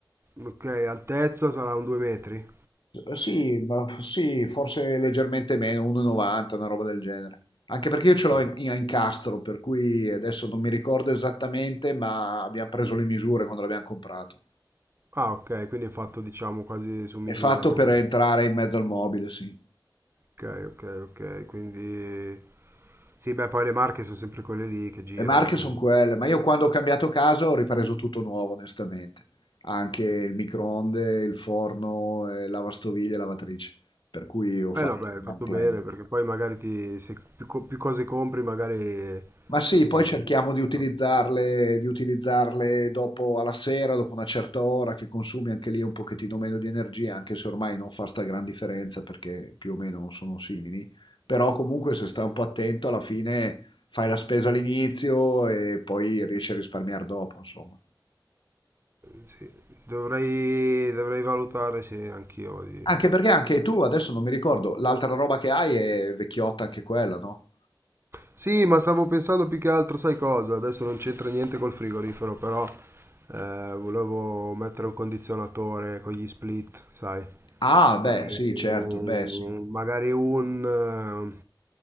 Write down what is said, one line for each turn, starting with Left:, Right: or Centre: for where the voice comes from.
Right: ok, altezza sarà un 2 metri?
Left: Eh, Sì, ma sì, forse leggermente meno, 1,90, una roba del genere. Anche perché io ce l'ho
Right: No.
Left: in, in- a incastro, per cui adesso non mi ricordo esattamente, ma abbiamo preso le misure quando l'abbiamo comprato.
Right: Ah, ok, quindi è fatto diciamo quasi su misura
Left: È fatto
Right: come...
Left: per entrare in mezzo al mobile, sì.
Right: Ok, ok, ok, quindi... Sì, beh, poi le marche sono sempre quelle lì che girano,
Left: Le marche
Right: quindi...
Left: sono quelle, ma io quando ho cambiato casa ho ripreso tutto nuovo, onestamente. Anche il microonde, il forno, eh, lavastoviglie e lavatrice. Per cui ho fatto
Right: Eh no, beh, hai
Left: un
Right: fatto
Left: one plan.
Right: bene perché poi magari ti, se più, co- più cose compri, magari
Left: Ma sì, poi
Right: poi
Left: cerchiamo
Right: ti...
Left: di utilizzarle,
Right: no,
Left: di utilizzarle dopo alla sera, dopo una certa ora, che consumi anche lì un pochettino meno di energia, anche se ormai non fa sta gran differenza perché più o meno sono simili. Però comunque se sta un po' attento, alla fine fai la spesa all'inizio e poi riesci a risparmiare dopo, insomma.
Right: Sì. Dovrei, dovrei valutare se anch'io di,
Left: Anche perché anche tu, adesso non mi ricordo, l'altra roba che hai è vecchiotta anche quella, no?
Right: Sì, ma stavo pensando più che altro, sai cosa? Adesso non c'entra niente col frigorifero, però eh, volevo mettere un condizionatore con gli split, sai?
Left: Ah, beh,
Right: Magari
Left: sì, certo,
Right: un,
Left: beh, sì.
Right: magari un,